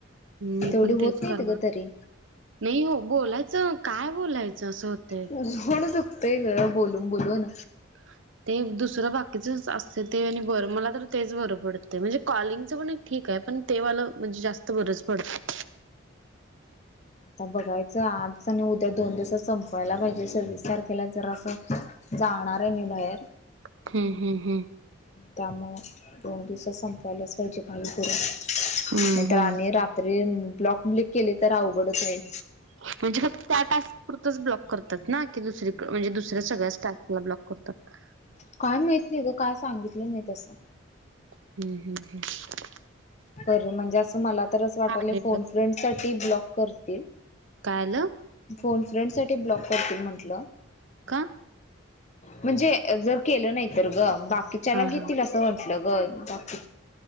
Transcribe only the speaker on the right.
मी
पण तेच
करणार
नाही हो बोलायचं काय बोलायचं असंत.
ह <inaudible> ते दुसरं बाकीच असते ते आणि बरं मला तर तेच बरं पडते म्हणजे कॉलिंगचं पण ठीक आहे. पण तेवालं म्हणजे जास्त गरज पडते.
हम्म.. हम्म.. हम्म..
हम्म हम्म.
<inaudible> णजे फक्त त्या टास्क. पुुरतच ब्लॉक करतात ना. की दुसरी म्हणजे, दुसऱ्या सगळ्या स्टाफला ब्लॉक करतात.
हम्म.. हम्. हम्.
आलेलं
कायलं.
का
हा
हा